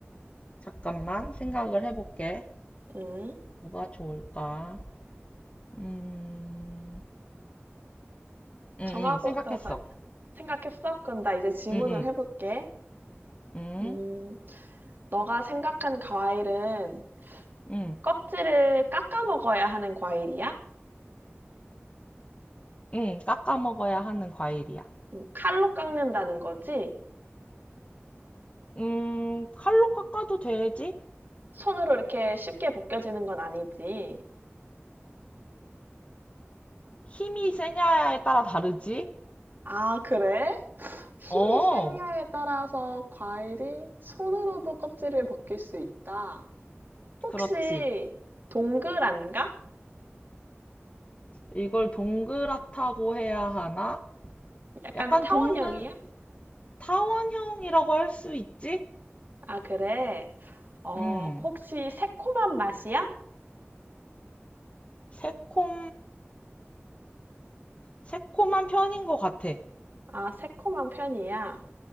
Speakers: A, on the left (about 25°); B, on the right (about 45°).
A: 잠깐만, 생각을 해볼게.
B: 음,
A: 뭐가 좋을까? 음, 응응
B: 정하고
A: 생각했어.
B: 나서 알 생각했어? 그럼 나 이제 질문을
A: 응응
B: 해볼게.
A: 음,
B: 음, 너가 생각한 과일은
A: 응 응.
B: 껍질을 깎아 먹어야 하는 과일이야?
A: 응, 깎아 먹어야 하는 과일이야.
B: 음, 칼로 깎는다는 거지?
A: 음, 칼로 깎아도 되지?
B: 손으로 이렇게 쉽게 벗겨지는 건 아니지?
A: 힘이 세냐에 따라 다르지?
B: 아, 그래? 힘이
A: 어,
B: 세냐에 따라서 과일이 손으로도 껍질을 벗길 수 있다. 혹시
A: 그렇지.
B: 동그란가?
A: 이걸 동그랗다고 해야 하나?
B: 약간
A: 약간
B: 타원형이야?
A: 동근, 타원형이라고 할 수 있지?
B: 아, 그래. 어,
A: 음,
B: 혹시 새콤한 맛이야?
A: 새콤, 새콤한 편인 것 같아.
B: 아, 새콤한 편이야.